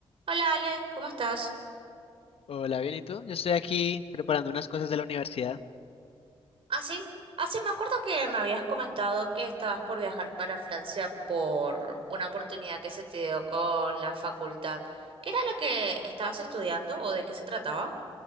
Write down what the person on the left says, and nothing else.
Hola, bien, ¿y tú? Yo estoy aquí preparando unas cosas de la universidad.